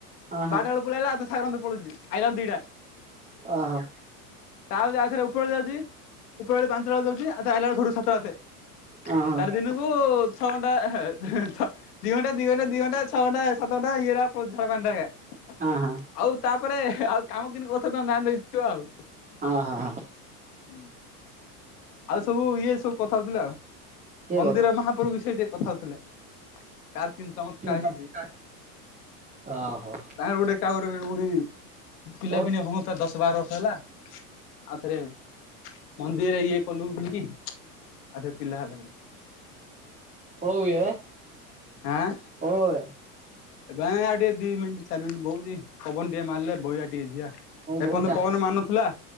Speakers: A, on the right; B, on the left.
A: ଓହୋ
B: ବାରଟା ବେଳ ପଳେଇଲା ସାାଗାରଣ ପଳୁଛି ଆଇଲାର ଦିଟା
A: ଓହୋ
B: ତା ଆଥରେ ଉପରଳେ ଯାଉଛି। ଉପର ବଳେ ପାଞ୍ଚଟା ବେଳେ ଯାଉଛି ଆଉ ଆଲା ବେଳେ ଘରୁ ସାତଟା ହାତେ।
A: ଓହୋ ଓହୋ ହଁ
B: ତାର ଦିନକୁ ଛଅ ଘଣ୍ଟା ହେ ହେ ଛଅ ଦିଘଣ୍ଟା ଦିଘଣ୍ଟା ଦିଘଣ୍ଟା ଛଅଘଣ୍ଟା ସାତ ଘଣ୍ଟା ଇଏରା ପଳାଉଛି <unintelligible>
A: ହଁ ହଁ।
B: ଆଉ ତାପରେ ଆଉ କାମ କିିନ୍ତି କରୁଥିବ ତମେ ଜାଣି ଦେଇଥିବ ଆଉ।
A: ହଁ ହଁ ହଁ।
B: ହୁଁ। ଆଉ ସବୁ ଇଏ ସବୁ କଥା ହଉଥିଲେ ଆଉ।
A: କିଏ
B: ମନ୍ଦିର ମହାପ୍ରଭୁ ବିଷୟରେ ଟିକେ କଥା ହଉଥିଲେ। ତାର କିନ୍ତୁ ଚମତ୍କାର
A: କଥା
B: ହେଇଛି।
A: ଓହୋ
B: ତା ଗୋଟେ <unintelligible> ପିଲାପିଲି
A: ପଳଉ
B: ହୋଉ ନଥିଲା ଦଶ ବାର ବର୍ଷ ହେଲା। ଆଉ ଥରେ ମନ୍ଦିରରେ ଇଏ କଲୁ ପୁଣୀ ଆଉ ସେ ପିଲା ହେଲା।
A: ହଉ ଏ।
B: ଆଁ।
A: ହୋଉ ଏ।
B: ଏବେ ଆଉ ଟିକେ ଦି ମିନିଟ ଚାରି ମିନିଟ ବହୁଛି ପବନ ଟିକେ ମାରିଲେ ବହିଆ ଟିକେ ଯିବା। ଏପର୍ଯ୍ୟନ୍ତ
A: ବଇଥା
B: ପବନ ମାରୁନଥିଲା।